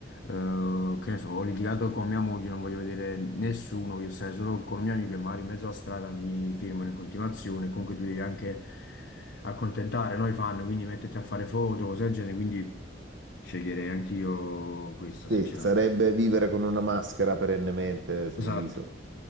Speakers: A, on the left (about 65°); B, on the right (about 75°).
A: eh, che ne so, ho litigato con mia moglie, non voglio vedere nessuno, voglio stare solo con un mio amico e magari in mezzo alla strada mi firmano in continuazione, comunque tu devi anche accontentare noi fan, quindi metterti a fare foto, cose del genere, quindi Sceglierei anch'io questa,
B: Sì,
A: sinceramente.
B: sarebbe vivere con una maschera perennemente sul
A: Esatto.
B: viso.